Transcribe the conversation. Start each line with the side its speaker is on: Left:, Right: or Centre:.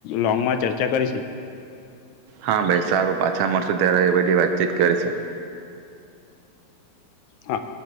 Left: લોંગ માં ચર્ચા કરીશું
Right: હા ભાઈ સારું પાછા મળશું ત્યારે એ બધી વાતચીત કરીશું
Left: હા